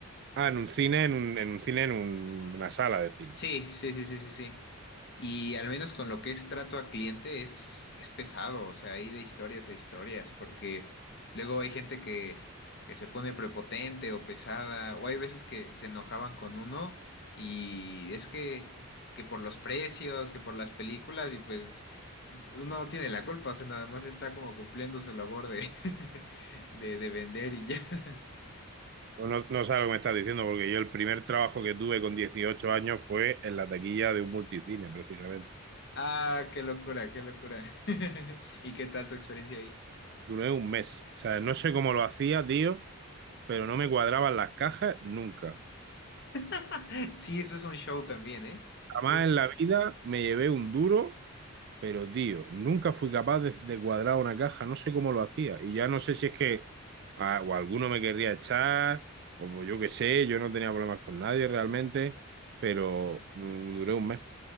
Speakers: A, on the right (about 50°); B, on the left (about 50°).
A: Ah, en un cine, en un, en un cine, en un- una sala de cine.
B: Sí, sí, sí, sí, sí, sí. Y al menos con lo que es trato a cliente es, es pesado, o sea, hay de historias a historias, porque luego hay gente que, que se pone prepotente o pesada, o hay veces que se enojaban con uno y es que, que por los precios, que por las películas, y pues uno no tiene la culpa, o sea, nada más está como cumpliendo su labor de, <laughs> de, de vender y ya. <laughs>
A: Pues No, no sabes lo que me estás diciendo, porque yo el primer trabajo que tuve con 18 años fue en la taquilla de un multicine, precisamente.
B: Ah, qué locura, qué locura. <laughs> ¿Y qué tal tu experiencia ahí?
A: duré un mes. O sea, no sé cómo lo hacía, tío, pero no me cuadraban las cajas nunca.
B: <laughs> Sí, eso es un show también, ¿eh?
A: Jamás
B: Justo.
A: en la vida me llevé un duro, pero tío, nunca fui capaz de, de cuadrar una caja, no sé cómo lo hacía. Y ya no sé si es que ah, o alguno me querría echar, o pues yo qué sé, yo no tenía problemas con nadie realmente, pero mm, duré un mes.